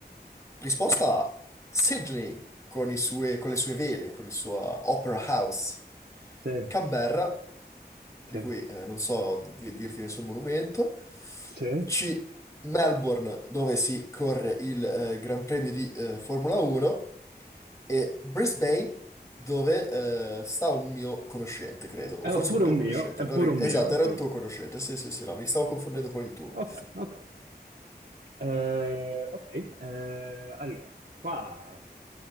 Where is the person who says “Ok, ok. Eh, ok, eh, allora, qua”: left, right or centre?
Right